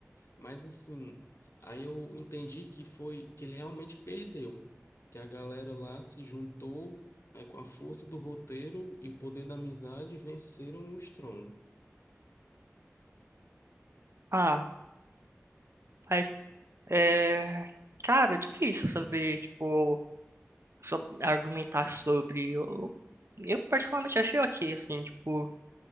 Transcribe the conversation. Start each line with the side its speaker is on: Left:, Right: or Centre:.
Left: Mas assim, aí eu entendi que foi que ele realmente perdeu, que a galera lá se juntou, aí com a força do roteiro e o poder da amizade venceram o estrondo.
Right: Ah, faz, é, cara, é difícil saber, tipo, só argumentar sobre. Eu, eu particularmente achei ok, assim, tipo